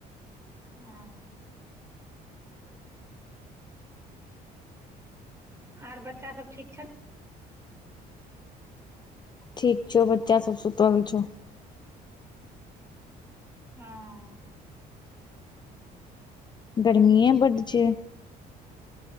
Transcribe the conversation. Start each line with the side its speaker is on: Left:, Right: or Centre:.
Right: हाँ आर बच्चा सब ठीक छैन
Left: ठीक छौ बच्चा सब सुतल छौ
Right: हां
Left: गर्मी बर छै